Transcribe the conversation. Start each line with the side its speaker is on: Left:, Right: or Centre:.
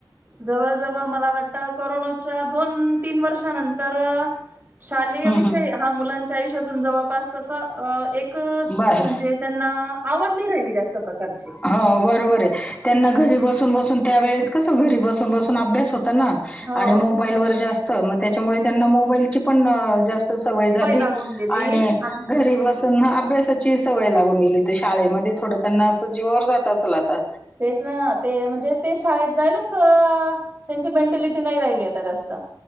Right: जवळ जवळ मला वाटतं करोना- च्या दोन तीन वर्षानंतर शालेय
Left: हम्म,
Right: विषयी.
Left: हम्म.
Right: हा, मुलांच्या आयुष्यातून जवळपास. तसं एक म्हणजे
Left: बर
Right: त्यांना आवड नाही राहिली जास्त प्रकारची.
Left: हो बरोबर आहे. त्यांना घरी बसून बसून त्यावेेळेस कसं घरी बसून बसून अभ्यास होता ना.
Right: हो
Left: आणि मोबाईल वर जास्त मग त्याच्यामुळे त्यांना मोबाईलची पण जास्त. सवय झाली
Right: लागून गेली
Left: आणि
Right: आप-
Left: घरी. तसं ना अभ्यासाची सवय लागून गेली शाळेमध्ये थोडं. त्यांना असं जीवावर जात असेल आता.
Right: तेच ना ते म्हणजे ते शाळेत जायलाच त्यांची मेंटलिटी नाही राहिली आता जास्त.